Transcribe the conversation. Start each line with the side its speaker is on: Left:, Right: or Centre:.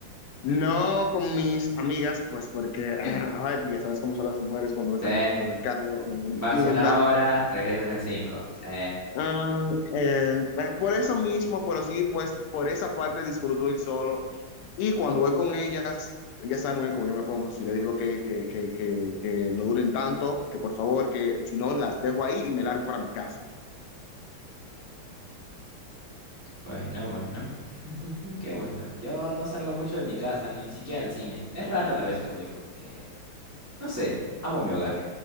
Left: No con mis amigas, pues porque, <clears throat> a ver, ya sabes cómo son las mujeres cuando no están
Right: Sí.
Left: en un supermercado o en una
Right: Vas
Left: tienda.
Right: una hora, regresas en cinco. Sí.
Left: Ah, eh, eh, por eso mismo, pero sí, pues por esa parte disfruto ir solo. Y cuando voy con ellas, ya saben muy bien cómo yo me pongo. Si les digo que, que, que, que, que no duren tanto, que por favor, que si no, las dejo ahí y me largo para mi casa.
Right: Bueno, bueno. <laughs> Qué bueno. Yo no salgo mucho de mi casa, ni siquiera al cine. Es rara la vez que voy porque No sé, amo mi hogar.